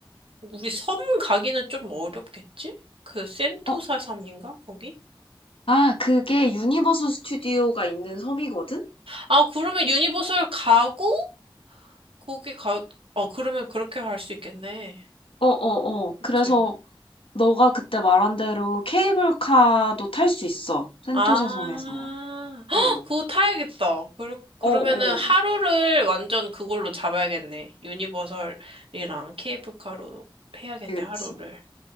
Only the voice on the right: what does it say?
우리 섬 가기는 좀 어렵겠지? 그 센토사
섬인가? 거기?
아, 그러면 유니버설 가고, 거기 가, 어, 그러면 그렇게 갈 수 있겠네.
그치?
아,
<gasps> 헉,
그거 타야겠다. 그러, 그러면은
하루를 완전 그걸로 잡아야겠네. 유니버설이랑 케이블카로 해야겠네,
하루를.